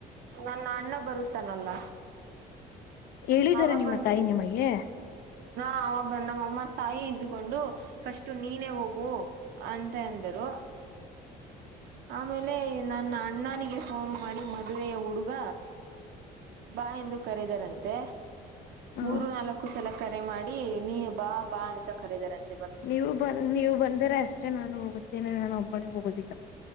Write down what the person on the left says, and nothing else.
ಹೇಳಿದಾರೆ
ನಿಮ್ಮ
ತಾಯಿ ನಿಮಗೆ
ಹ
ನೀವು ಬಂದ ನೀವು ಬಂದರೆ ಅಷ್ಟೇ ನಾನು ಹೋಗುತ್ತೇನೆ ನಾನು ಒಬ್ಬಳಿ ಹೋಗೋುದಿಲ್ಲ